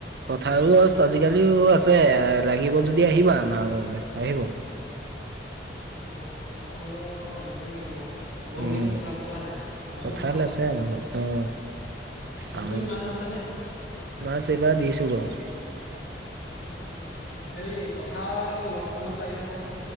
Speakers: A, on the right; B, on the left.
A: কঠাল গছ আজিকালিও আছে এ লাগিব যদি আহিবা আমাৰ ঘৰলৈ আহিব
B: অ কঠাল <unintelligible> আনিব লাগিব বহুত
A: উম
B: দিন কঁঠাল খোৱা নাই আৰু আমো
A: কঁঠাল
B: খোৱা নাই
A: আছে আমাৰ ঘৰত অ'
B: পুখুৰীত
A: আম
B: মাছ আছে নে
A: মাছ এবাৰ দিছোঁ বাৰু
B: অ অ হেই কঠাল দছটামান পাৰি থবচোন